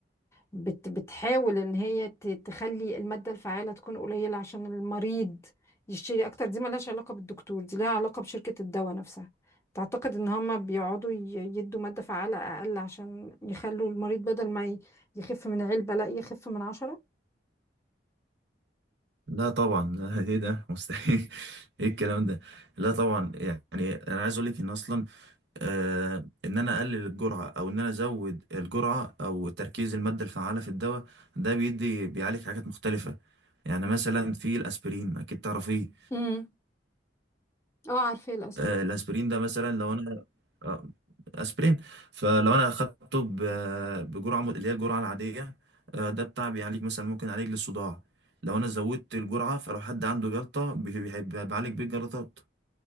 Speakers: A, on the left; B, on the right.
A: بت بتحاول ان هي ت- تخلي المادة الفعالة تكون قليلة عشان المريض يشتري اكتر دي ملهاش علاقة بالدكتور دي لها علاقة بشركة الدواء نفسها تعتقد ان هما بيقعدوا ي- يدوا مادة فعالة اقل عشان يخلوا المريض بدل ما ي- يخف من علبة لا يخف من عشرة
B: لا طبعا <laughs> لا ايه ده مستحيل <laughs> ايه الكلام ده لا طبعا يعني انا عايز اقول لك ان اصلا آه ان انا اقلل الجرعه او ان انا ازود الجرعه او تركيز الماده الفعاله في الدواء ده بيدي بيعالج حاجات مختلفه يعني مثلا في الاسبرين اكيد تعرفيه
A: امم اه عارفة الاسبرين
B: آه الاسبرين ده مثلا لو انا آه، اسبرين فلو انا اخدته ب- بجرعه م- اللي هي الجرعه العاديه آه، ده بتاع بيعالج مثلا ممكن يعالج لي الصداع لو انا زودت الجرعه فلو حد عنده جلطه بي- بي- بي- بعالج بيه الجلطات